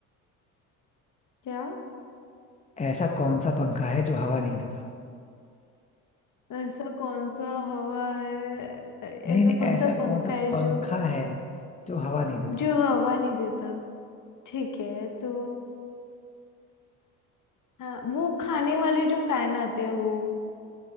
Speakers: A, on the left; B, on the left.
A: क्या
B: ऐसा कौन सा पंखा है जो हवा नहीं देता
A: ऐसा कौन सा हवा है ऐ-
B: नहीं
A: ऐसा
B: नहीं
A: कौन
B: ऐसा
A: सा पंखा
B: कौन सा
A: है
B: पंखा
A: जो
B: है जो हवा नहीं देता
A: जो हवा नहीं देता ठीक है तो हाँ वो खाने वाले जो फैन आते हैं वो